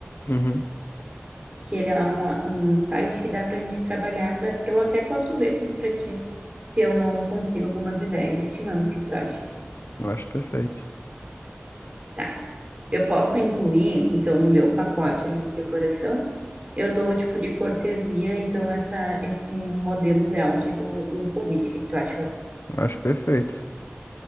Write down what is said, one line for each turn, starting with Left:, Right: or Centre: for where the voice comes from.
Left: Uhum.
Right: que ele é um, um site que dá para a gente trabalhar. dá- Eu até posso ver para ti se eu não consigo algumas ideias e te mando o que tu acha.
Left: Eu acho perfeito.
Right: Tá. Eu posso incluir, então, no meu pacote ali de decoração, eu dou o tipo de cortesia, então, essa, esse modelo layout do, do convite. O que que tu acha?
Left: Eu acho perfeito.